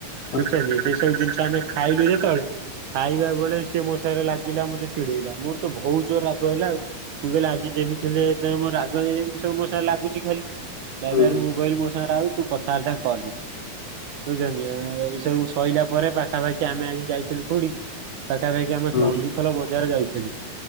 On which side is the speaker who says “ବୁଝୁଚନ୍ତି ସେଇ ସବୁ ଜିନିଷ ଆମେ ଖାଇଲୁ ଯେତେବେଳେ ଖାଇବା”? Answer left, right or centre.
Right